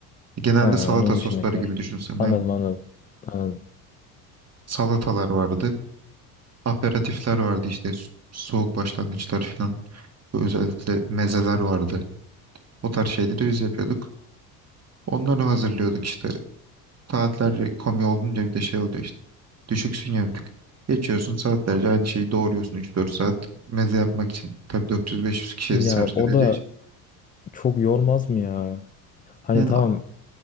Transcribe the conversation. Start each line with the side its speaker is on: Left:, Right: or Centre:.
Right: Genelde
Left: Ha,
Right: salata
Left: onun
Right: sosları
Left: dışındakiler.
Right: gibi düşünsen
Left: Anladım
Right: aynen.
Left: anladım. Anladım.
Right: Salatalar vardı. Aperatifler vardı işte s- soğuk başlangıçlar falan. Özellikle mezeler vardı. O tarz şeyleri biz yapıyorduk. Onları hazırlıyorduk işte. Saatlerce komi olunca bir de şey oluyor işte. Düşüksün ya bir tık. Geçiyorsun saatlerce aynı şeyi doğruyorsun üç dört saat meze yapmak için. Tabii 400-500 kişiye
Left: Ya
Right: servis
Left: o
Right: edeceği
Left: da
Right: için.
Left: çok yormaz mı ya? Hani
Right: Yani,
Left: tamam